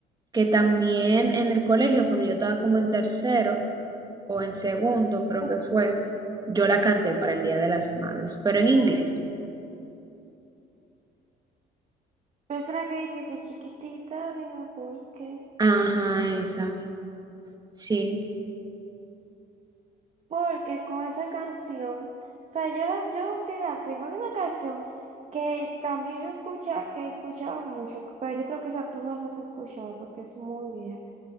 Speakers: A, on the right (about 20°); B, on the right (about 40°).
A: que también en el colegio, cuando yo estaba como en tercero o en segundo, creo
B: <laughs>
A: que fue, yo la canté para el Día de las Madres, pero en inglés.
B: Pero será que dice que chiquitita, dime por qué.
A: Ajá, esa, sí.
B: Porque con esa canción, o sea, yo, la, yo sí la tengo. Había una canción que también yo escuchaba, que escuchaba mucho, pero yo creo que esa tú no la has escuchado porque es muy vieja.